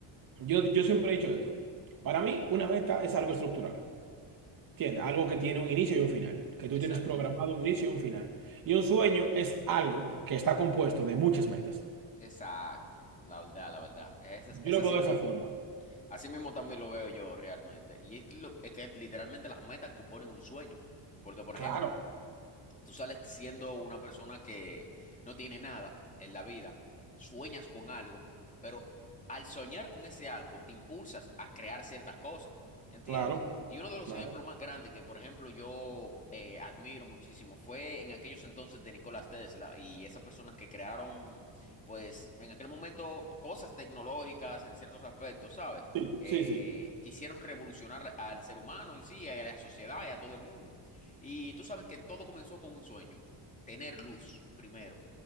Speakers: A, on the right; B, on the left.
A: Yo, yo siempre he dicho esto. Para mí, una meta es algo estructurado. ¿Entiendes? Algo que tiene un inicio y un final. Que tú
B: Exacto,
A: tienes programado un inicio y un final. Y un sueño es algo que está compuesto de muchas metas.
B: exacto, la verdad, la verdad. Es, as-
A: Yo
B: es
A: lo
B: así
A: veo de
B: mismo.
A: esa forma.
B: Así mismo también lo veo yo realmente. Y es, lo- es que literalmente las metas componen un sueño. Porque, por
A: Claro,
B: ejemplo, Tú sales siendo una persona que no tiene nada en la vida, sueñas con algo, pero al soñar con ese algo te impulsas a crear ciertas cosas, ¿entiendes?
A: claro,
B: Y uno de los
A: claro.
B: ejemplos más grandes que, por ejemplo, yo eh, admiro muchísimo fue en aquellos entonces de Nikola Tesla y esas personas que crearon, pues, en aquel momento cosas tecnológicas en ciertos aspectos, ¿sabes?
A: Sí,
B: Eh,
A: sí, sí.
B: quisieron revolucionar al ser humano en sí, a la sociedad y a todo el mundo. Y tú sabes que todo comenzó con un sueño, tener luz primero,